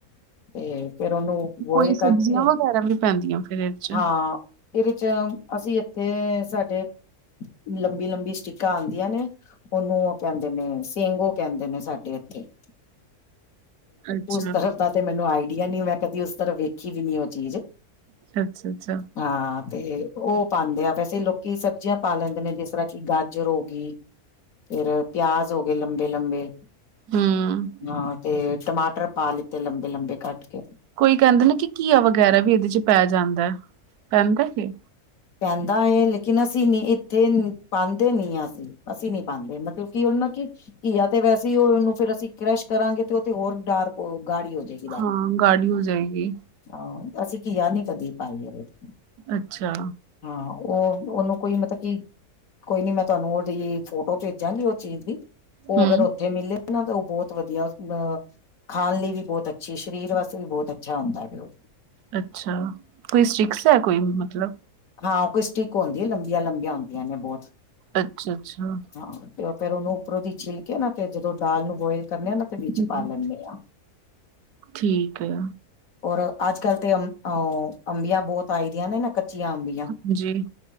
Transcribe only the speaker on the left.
ਤੇ ਫੇਰ ਉਹਨੂੰ ਬੋਆਇਲ
ਕਰਕੇ,
ਹਾਂ! ਇਹ ਵਿਚ ਅਸੀਂ, ਇੱਥੇ ਸਾਡੇ ਲੰਬੀ- ਲੰਬੀ ਸਟਿ ਕਿਕਾਂ ਆਦੀਆਂ ਨੇ, ਉਹਨੂੰ ਉਹ ਕਹਿੰਦੇ ਨੇ ਸਿੰਗੋ, ਕਹਿੰਦੇ ਨੇ ਸਾਡੇ ਇੱਥੇ ਤੇ
ਉਸ ਤਰ੍ਹਾਂ ਤਾਂ ਤੇ ਮੈਨੂੰ ਆਈਡੀਆ ਨਈ, ਮੈਂ ਕਦੀ ਉਸ ਤਰਫ ਵੇਖੀ ਦੀ ਨਈ ਉਹ ਚੀਜ
ਹਾਂ ਤੇ ਉਹ ਪਾਉਂਦੇ ਆ, ਵੈਸੇ ਲੋਕੀ ਸਬਜ਼ੀਆਂ ਪਾ ਲੈਂਦੇ ਨੇ, ਜਿਸ ਤਰ੍ਹਾਂ ਕਿ ਗਾਜ ਗਜਰ ਹੋ ਗਈ, ਫਿਰ ਪਿਆਜ ਹੋ ਗਏ ਲੰਬੇ- ਲੰਬੇ
ਹਾਂ ਤੇ, ਟਮਾਟਰ ਪਾ ਲਿੱਤੇ ਲੰਬੇ-ਲੰਬੇ ਕੱਟ ਕੇ
ਪੈਂਦਾ ਐ ਲੇਕਿਨ, ਅਸੀਂ ਨ ਇੱਥੇ ਪਾਉਦੇ ਨੀ ਹ ਅਸੀਂ-ਅਸੀਂ ਨੀ ਪਾਉਦੇ ਮਤਲਬ ਕੀ, ਉਹ ਨਾ ਕਿ ਘੀਆ ਤੇ ਵੈਸੇ ਹੀ, ਉਹਨੂੰ ਫਿਰ ਅਸੀਂ ਕਰੈਸ਼ ਕਰਾਂਗੇ ਤੇ, ਉਹ ਤੇ ਹੋਰ ਡਾਰਕ, ਗਾੜੀ ਹੋ ਜਾਏਗੀ
ਆ, ਅਸੀਂ ਕੀਆ ਨਈ, ਕਦੀ ਪਾਈ ਏਦੇ ਚ
ਹਾਂ ਉਹ, ਉਹਨੂੰ ਕੋਈ ਮਤਲਬ ਕੀ ਕੋਈ ਨੀ, ਮੈਂ ਤੁਹਾਨੂੰ ਉਹਦੀ ਫੋਟੋ ਭੇਜਾਂਗੀ, ਉਹ ਚੀਜ਼ ਦੀ, ਉਹ
ਅਗਰ ਉੱਥੇ ਮਿਲੇ ਨਾ ਤਾਂ ਉਹ, ਬਹੁਤ ਵਧੀਆ ਅ ਖਾਣ ਲਈ ਵੀ ਬਹੁਤ ਅੱਛੀ ਸਰੀਰ ਵਾਸਤੇ ਵੀ ਬਹੁਤ ਅੱਛਾ ਹੁੰਦਾ ਵੇ ਉਹ
ਹਾਂ ਕੋਈ ਸਟਿਕ ਹੁੰਦੀ ਹੈ, ਲੰਬੀਆਂ- ਲੰਬੀਆਂ ਹੁੰਦੀਆਂ ਨੇ ਬਹੁਤ
ਹਾਂ ਤੇ ਫੇਰ, ਉਹਨੂੰ ਉਪਰੋਂ ਦੀ ਛਿੱਲ ਕੇ ਨਾ ਤੇ, ਜਦੋਂ ਦਾਲ ਨੂੰ ਬੋਇਲ ਕਰਨੇ ਆ ਨਾ, ਤੇ ਵਿੱਚ
ਪਾ ਲੈਂਦੇ ਆ
ਔਰ ਅੱਜ- ਕੱਲ ਤੇ, ਅ- ਅ ਅੰਬੀਆਂ ਬਹੁਤ ਆਈ ਦੀਆਂ ਨੇ ਨਾ, ਕੱਚੀਆਂ ਅੰਬੀਆਂ